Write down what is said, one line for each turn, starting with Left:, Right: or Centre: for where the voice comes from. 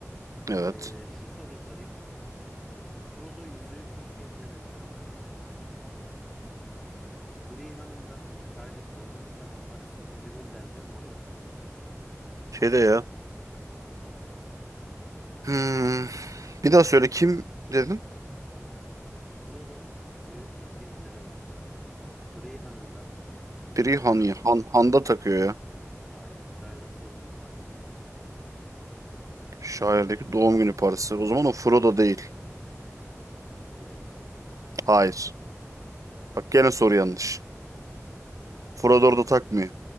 Right: Evet.
Centre: Ee, şu soruyu sorayım. Frodo yüzüğü ilk kez nerede takar? Briha'nın da Shire'daki doğum günü per- partisinde, Rivendell'de, Moria'da.
Right: Şeyde ya. Hmm. Bir daha söyle kim dedim?
Centre: Frodo yüzüğü ilk kez nerede takar? Briha'nın da Shire'daki
Right: Biri Han ya. Han, Han'da takıyor ya.
Centre: Hayır. Şairdeki doğum günü partisinde takıyor.
Right: Şairdeki doğum günü parası. O zaman o Frodo değil.
Centre: Frodo.
Right: Hayır. Bak gene soru yanlış. Frodo orada takmıyor.